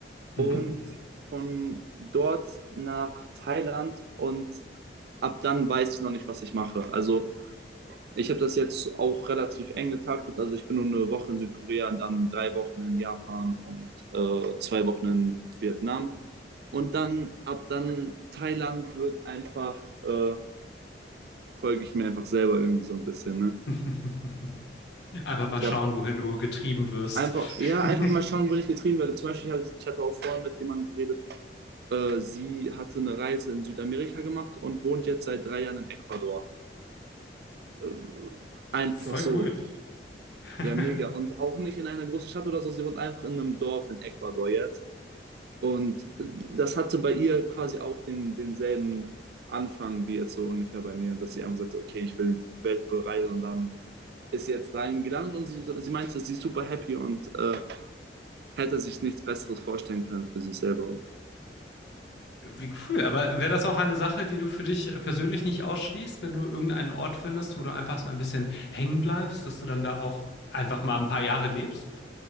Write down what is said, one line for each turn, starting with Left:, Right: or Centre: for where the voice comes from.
Right: und
Left: Mhm.
Right: von dort nach Thailand und ab dann weiß ich noch nicht, was ich mache. Also ich habe das jetzt auch relativ eng getaktet. Also ich bin nur eine Woche in Südkorea, dann drei Wochen in Japan und äh, zwei Wochen in Vietnam. Und dann ab dann Thailand wird einfach, äh, folge ich mir einfach selber irgendwie so ein bisschen. Ne?
Left: <laughs> Einfach mal
Right: Ich
Left: schauen,
Right: habe
Left: wohin du getrieben wirst.
Right: einfach, ja,
Left: <laughs>
Right: einfach mal schauen, wo ich getrieben werde. Zum Beispiel, ich hatte, ich hatte auch vorhin mit jemandem geredet, äh, sie hatte eine Reise in Südamerika gemacht und wohnt jetzt seit drei Jahren in Ecuador. Äh, einfach
Left: Voll
Right: so.
Left: cool. <laughs>
Right: Ja, mega. Und auch nicht in einer großen Stadt oder so, sie wohnt einfach in einem Dorf in Ecuador jetzt. Und das hatte bei ihr quasi auch den, denselben Anfang wie jetzt so ungefähr bei mir, dass sie einfach sagte, okay, ich will die Welt bereisen und dann ist sie jetzt dahin gelandet und sie, sie meinte, sie ist super happy und äh, hätte sich nichts Besseres vorstellen können für sich selber. auch.
Left: Wie cool. Aber wäre das auch eine Sache, die du für dich persönlich nicht ausschließt, wenn du irgendeinen Ort findest, wo du einfach so ein bisschen hängen bleibst, dass du dann da auch einfach mal ein paar Jahre lebst?